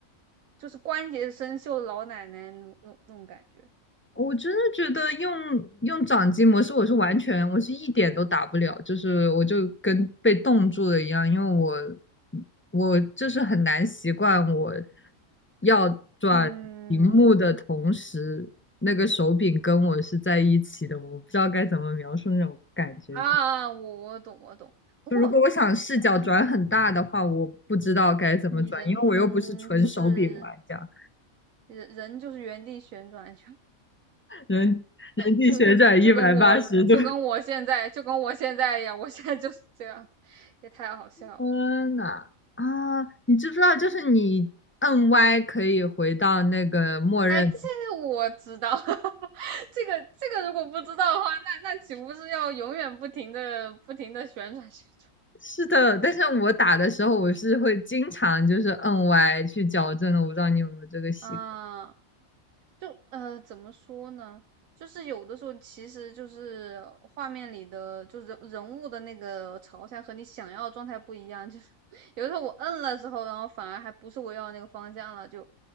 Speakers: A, on the right; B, on the left.
A: 就是关节生锈的老奶奶那那那种感觉。
B: 我真的觉得用用掌机模式，我是完全，我是一点都打不了，就是我就跟被冻住了一样，因为我我就是很难习惯我要转屏幕的同时，
A: 嗯
B: 那个手柄跟我是在一起的，我不知道该怎么描述那种感觉。
A: 啊，
B: 就
A: 啊我我懂我懂。不过，
B: 就如果我想视角转很大的话，
A: 哎，
B: 我不知道该怎么转，
A: 你人就是
B: 因为我又不是纯手柄玩家，
A: 人人就是原地旋转，就
B: 人人体旋转一百八十度。
A: 就就跟我就跟我现在就跟我现在一样，我现在就是这样，也太好笑了。
B: 天呐，啊，你知不知道，就是你摁 Y 可以回到那个默认的。
A: 哎，这个我知道，<laughs> 这个这个如果不知道的话，那那岂不是要永远不停的不停的旋转旋
B: 是的，但是我打的时候，我是会经常就是摁 Y 去矫正的。我不知道你有没有这个习惯？
A: 转？啊，就呃，怎么说呢？就是有的时候，其实就是画面里的，就人人物的那个朝向和你想要的状态不一样。就是 <laughs> 有的时候我摁了之后，然后反而还不是我要的那个方向了，就